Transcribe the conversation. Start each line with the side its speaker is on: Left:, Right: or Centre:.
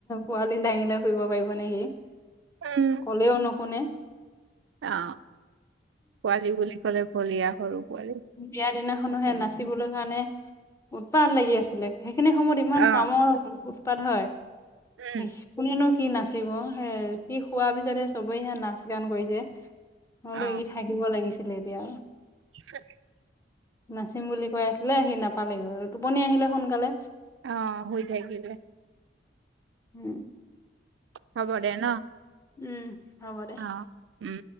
Left: পোৱালি দাঙিলে ফুৰিব পাৰিব নেকি
Right: উম
Left: ক'লেও নুশুনে
Right: অ পোৱালি বুলি ক'লে। বলিয়া সৰু পোৱালি
Left: বিয়া দিনাখনোহে
Right: নকৰিবি।
Left: নাচিবলৈ কাৰণে উতপাত লাগি আছিলে সেইখিনি সময়ত ইমান
Right: অ
Left: কামৰ উৎপাত হয় সেই
Right: উম
Left: কোনেনো কি নাছ- চিব হে সি শোৱাৰ পিছতহে চবেই সে নাচ গান কৈছে। মই বোলো
Right: অ
Left: ই থাকিব লাগিছিলে এতিয়া।
Right: থে
Left: নাচিম বুলি কৈ আছিলে সি নাপালেগৈ টোপনি আহিলে সোনকালে।
Right: অ শুই থাকিলে।
Left: উম।
Right: হ'ব দে ন।
Left: উম। হ'ব দে
Right: অ উম।